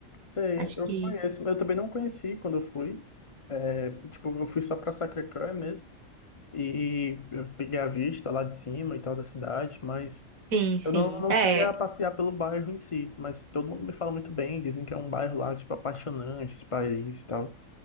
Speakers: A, on the left (about 30°); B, on the right (about 80°).
A: sei,
B: Acho
A: eu
B: que.
A: conheço. Eu também não conheci quando eu fui. É, tipo, eu fui só pra Sacré-Cœur mesmo. E eu peguei a vista lá de cima e tal da cidade, mas
B: Sim, sim.
A: eu não, não
B: É,
A: cheguei a passear pelo bairro em si. Mas todo mundo me fala muito bem, dizem que é um bairro lá, tipo, apaixonante de Paris e tal.